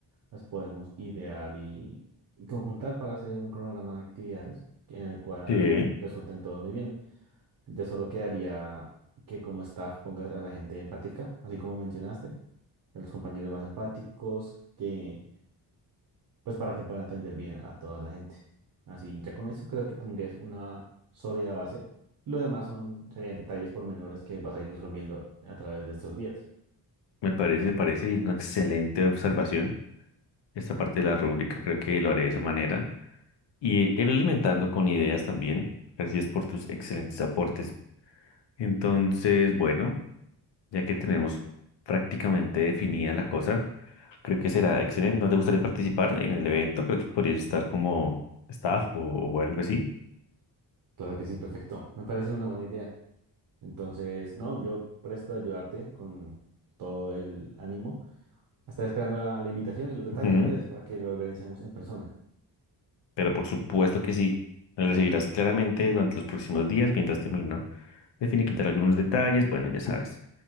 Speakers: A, on the right (about 50°); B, on the left (about 80°).
A: Las podemos idear y, y conjuntar para hacer un cronograma de actividades que- en el cual
B: Sí,
A: resulten todos muy bien. Ya solo quedaría que como staff pongas a la gente empática, así como mencionaste, a los compañeros más empáticos, que pues para que puedan atender bien a toda la gente. Así, ya con eso creo que tendrías una sólida base. Lo demás son, serían detalles pormenores que vas a ir resolviendo a través de estos días.
B: me parece, parece una excelente observación esta parte de la rúbrica. Creo que lo haré de esa manera. Y ir alimentando con ideas también. Gracias por tus excelentes aportes. Entonces, bueno. Ya que tenemos prácticamente definida la cosa, creo que será excelente. ¿No te gustaría participar en el evento? Creo que podrías estar como staff o, o algo así.
A: Claro que sí, perfecto. Me parece una buena idea. Entonces, no, yo presto a ayudarte con todo el ánimo. Estaré esperando la, la invitación y los detalles,
B: Ujú.
A: Andrés, para que lo organicemos en persona.
B: Pero por supuesto que sí. Lo recibirás claramente durante los próximos días mientras termino de finiquitar algunos detalles. Bueno, ya sabes,